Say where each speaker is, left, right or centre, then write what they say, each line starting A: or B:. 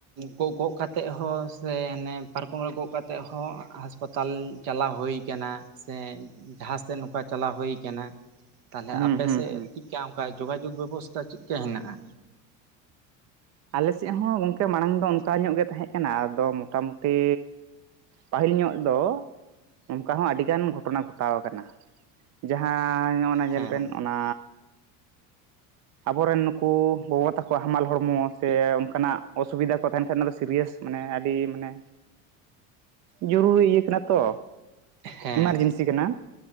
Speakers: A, on the right; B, on the right.
A: ᱜᱚᱜ ᱜᱚᱜ ᱠᱟᱛ ᱛᱮᱫ ᱦᱚᱸ ᱥᱮ ᱦᱟᱱᱮ ᱯᱟᱨᱠᱚᱢ ᱨᱮ ᱜᱚᱜ ᱠᱟᱛᱮᱫ ᱦᱚᱸ ᱦᱟᱸᱥᱯᱟᱛᱟᱞ ᱪᱟᱞᱟᱣ ᱦᱩᱭ ᱠᱟᱱᱟ ᱾ ᱥᱮ ᱡᱟᱦᱟᱸ ᱥᱮᱱ ᱱᱚᱝᱠᱟ ᱪᱟᱞᱟᱣ ᱦᱩᱭ ᱠᱟᱱᱟ ᱾ ᱛᱟᱸᱦᱚᱞᱮ
B: ᱦᱩᱸ
A: ᱟᱯᱮ
B: ᱦᱩᱸ
A: ᱥᱮᱫ
B: ᱦᱩᱸ
A: ᱪᱮᱠᱟ ᱚᱱᱠᱟ ᱡᱜᱟᱡᱳᱜᱽ ᱵᱮᱵᱚᱥᱛᱷᱟ ᱪᱮᱫ ᱞᱮᱠᱟ ᱦᱮᱱᱟᱜᱼᱟ?
B: ᱟᱞᱮᱥᱮᱫ ᱦᱚᱸ ᱜᱚᱝᱠᱮ ᱢᱟᱲᱟᱝ ᱫᱚ ᱚᱱᱠᱟ ᱧᱚᱜ ᱜᱮ ᱛᱟᱦᱮᱸ ᱠᱟᱱᱟ ᱟᱫᱚ ᱢᱚᱴᱟᱢᱩᱴ ᱴᱤᱻ ᱯᱟᱹᱦᱤᱞ ᱧᱚᱜ ᱫᱚ ᱚᱝᱠᱟ ᱦᱚᱸ ᱟᱹᱰᱤᱜᱟᱱ ᱜᱷᱚᱴᱚᱱᱟ ᱜᱷᱚᱴᱟᱣ ᱟᱠᱟᱱᱟ ᱡᱟᱦᱟᱸ ᱱᱚᱱᱟ ᱧᱮᱞ
A: ᱦᱮᱸ
B: ᱵᱮᱱ ᱚᱱᱟ ᱟᱵᱚᱨᱮᱱ ᱱᱩᱠᱩ ᱜᱚᱜᱚ ᱛᱟᱠᱚ ᱦᱟᱢᱟᱞ ᱦᱚᱲᱢᱚ ᱥᱮ ᱚᱱᱠᱟᱱᱟᱜ ᱚᱥᱩᱵᱤᱫᱷᱟ ᱠᱚ ᱛᱟᱸᱦᱮᱱ ᱠᱷᱟᱱ ᱚᱱᱟ ᱫᱚ ᱥᱤᱨᱤᱭᱟᱥ ᱢᱟᱱᱮ ᱟᱹᱰᱤ ᱢᱟᱱᱮ ᱡᱚᱨᱩᱨᱤ ᱤᱭᱟᱹ ᱠᱟᱱᱟ ᱛᱚ
A: ᱦᱮᱸ
B: ᱮᱢᱟᱨᱡᱮᱱᱥᱤ
A: ᱦᱮᱸ
B: ᱠᱟᱱᱟ